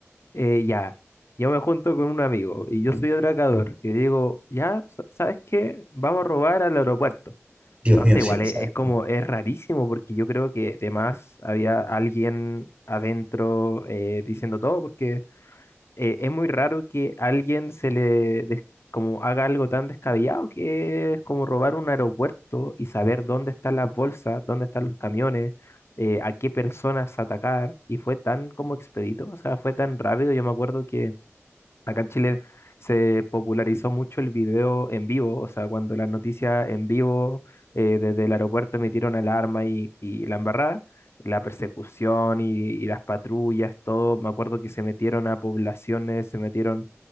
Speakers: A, on the left; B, on the right.
A: eh, ya, yo me junto con un amigo y yo soy atracador y digo, ya, sa- ¿sabes qué? Vamos a robar al aeropuerto.
B: Dios
A: Entonces,
B: mío,
A: igual
B: sí, exacto.
A: e- es, como, es rarísimo porque yo creo que además había alguien adentro eh, diciendo todo, porque eh, es muy raro que alguien se le des- como haga algo tan descabellado que es como robar un aeropuerto y saber dónde están las bolsas, dónde están los camiones, eh, a qué personas atacar, y fue tan como expedito, o sea, fue tan rápido, yo me acuerdo que Acá en Chile se popularizó mucho el video en vivo, o sea, cuando las noticias en vivo eh, desde el aeropuerto emitieron alarma y, y la embarrada, la persecución y, y las patrullas, todo, me acuerdo que se metieron a poblaciones, se metieron,